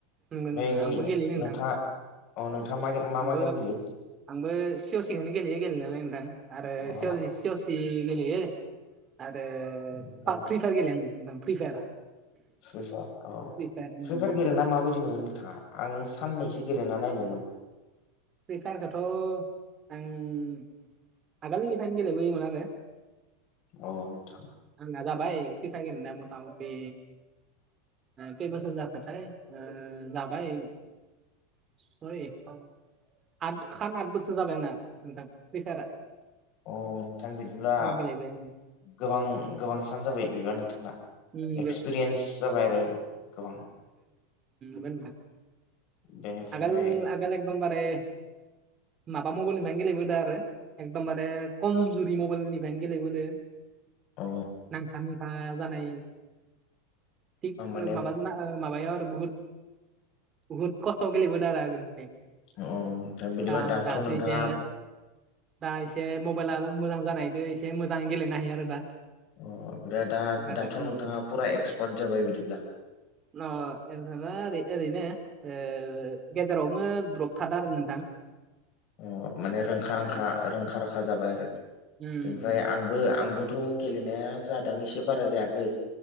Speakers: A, on the right; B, on the left.
A: नंगौ नंगौ
B: नै
A: आंबो
B: नोंथाङा
A: गेलेयो नोंथां
B: मा
A: आंबो
B: मा गेम गेलेयो?
A: आंबो सिअ सिनखोनो गेलेयो गेलेनायालाय नोंथां आरो
B: अ
A: सि सिअ सि गेलेयो आरो
B: ओमफ्राय
A: फ्रि फायार गेले आं नोंथां फ्रि फायार
B: फार औ
A: फ्रि फायार उम
B: फ्रिफायार गेलेना माबायदि मोनो नोंथाङा आं साननैसो गेलेना नायदोंमोन
A: फ्रि फायारखौथ' आं आगोलनिफ्रायनो गेलेबोयोमोन आरो
B: औ नोंथां
A: आंना जाबाय फ्रिफायगोन होननाय मथा मथि खै बसोर जाखोथाय जाबाय <unintelligible> आद सात आथ बोसोर जाबायना नोंथां फैसारा
B: अ नोंथां बिदिब्ला
A: गेलेबाय आङो
B: गोबां सान जाबाय बिदिबा नोंथांना।
A: उम
B: एक्सपिरियेन्स जाबाय आरो गोबां।
A: बे
B: बेनिफ्राय
A: आगोल एदम बारे माबा मबेल लानो गेलेबोदों आरो एकदमबारे खमजुरि मबाइलनिफ्रायनो गेलेबोदो
B: अ
A: नांथा नांथा जानाय थिग
B: माने
A: माबा
B: अ
A: ना माबायाव आरो बुहुत बुहुत खस्थआव गेलेबोदों आरो आगोलनिफ्राय
B: नोंथां बिदिबा
A: दा
B: दाथ'
A: दसे
B: नोंथाङा
A: इसे दा इसे मबाइल आल मोजां जानायदो एसे मोजाङै गेलेनो हायो आरो दा
B: अ ओमफ्राय दा
A: गथ'फ्रानो।
B: दाथ'
A: उम।
B: नोंथाङा फुरा एक्सपार्ट जाबाय बिदिब्ला
A: <unintelligible> ओ ओरैनो ओ गेजेरावनो द्रप थादों आरो नोंथां
B: अ माने रोंखा रोंखा
A: ओ
B: रोंखा राखा जाबाय आरो
A: उम
B: बेनिफ्राय आंबो आंबोथ' गेलेनाया जादों एसे बारा जायाखै